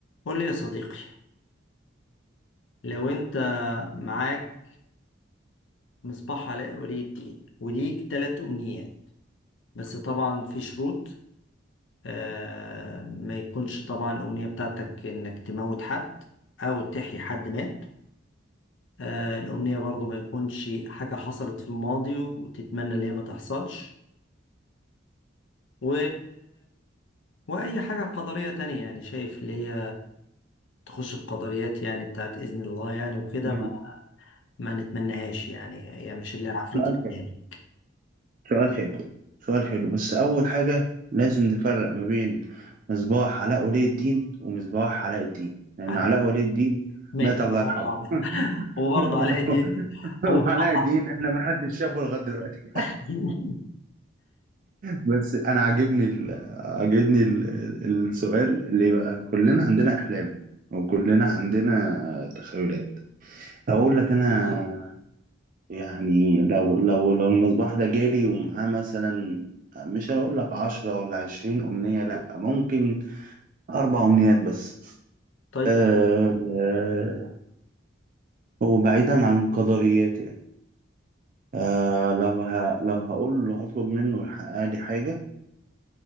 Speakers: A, on the left (about 75°); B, on the right (about 45°).
A: قول لي يا صديقي لو انت معاك مصباح علاء ولي الدين وليك ثلاث امنيات بس طبعا في شروط آه ما يكونش طبعا الامنية بتاعتك انك تموت حد او تحيي حد مات آه الامنية برضو ما يكونش حاجة حصلت في الماضي وتتمنى ان هي ما تحصلش و... واي حاجة قدرية تانية يعني شايف اللي هي تخش القدريات يعني بتاعت اذن الله يعني وكده
B: ماشي.
A: ما ما نتمناهاش يعني هي مش اللي عفريت
B: سؤال حلو
A: يعني
B: سؤال حلو سؤال حلو بس أول حاجة لازم نفرق ما بين مصباح علاء ولي الدين ومصباح علاء الدين لأن
A: علاء
B: علاء ولي الدين
A: ماهر
B: مات الله
A: الله
B: يرحمه
A: يرحمه وبرضه
B: <laughs>
A: علاء الدين ومصطفى
B: وعلاء الدين احنا ما حدش شافه لغاية دلوقتي
A: <laughs>
B: بس أنا عاجبني ال... عاجبني ال... السؤال ليه بقى كلنا عندنا أحلام وكلنا عندنا تخيلات أقول لك أنا يعني لو لو لو المصباح ده جالي ومعاه مثلا مش هقول لك عشرة ولا عشرين أمنية لأ ممكن أربع أمنيات بس
A: طيب
B: أه آه، وبعيدا عن القدريات يعني أه لو ه لو هقول له هطلب منه يحقق لي حاجة